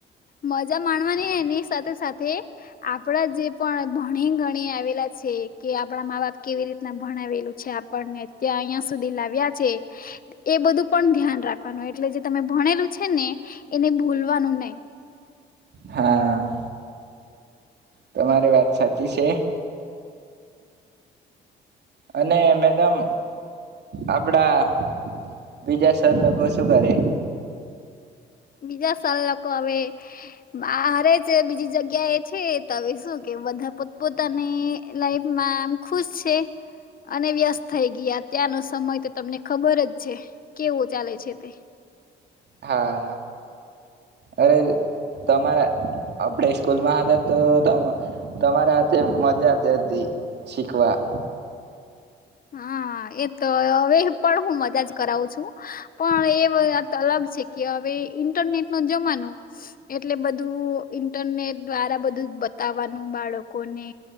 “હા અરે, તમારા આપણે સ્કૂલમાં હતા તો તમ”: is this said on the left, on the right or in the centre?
Right